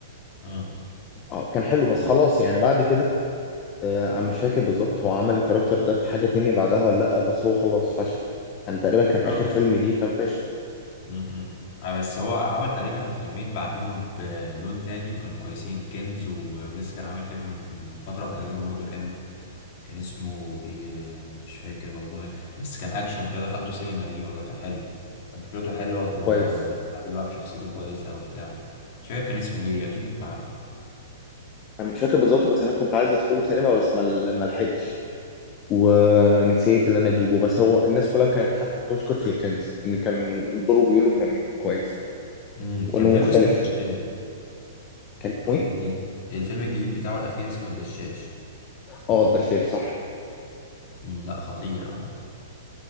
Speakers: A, on the left; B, on the left.
A: امم
B: آه كان حلو بس خلاص يعني بعد كده آه أنا مش فاكر بالظبط هو عمل الكاركتر ده في حاجة تاني بعدها ولا لأ بس هو خلاص فشل يعني تقريبا كان
A: اه
B: آخر فيلم ليه كان فاشل
A: امم آه، بس هو عمل تقريبا فيلمين بعديهم بلون تاني وكانوا كويسين كنز و... ولسه كان عامل فيلم من فترة قريبة برضه حلو كان اسمه ايه آه، مش فاكر والله بس كان اكشن كده دخلته سينما ليه والله كان حلو كان فكرته حلوة وطبعا
B: كويس
A: بيتمتع بيه بقى بشخصيته كويسة وبتاع مش فاكر كان اسمه ايه اكيد انت عارفه
B: أنا مش فاكر بالظبط بس أنا كنت عايز أدخله سينما بس ما ما لحقتش ونسيت اللي أنا أجيبه بس هو الناس كلها كانت حتى بتشكر في الكنز إن كان دوره بيقولوا كان كويس
A: امم
B: وإنه
A: كان
B: مختلف
A: فيلم اسمه الدشاش
B: كان
A: الفيلم
B: اسمه إيه؟
A: الجديد الفيلم الجديد بتاعه الاخير اسمه الدشاش
B: اه الدشاش صح
A: امم لا خطير عامة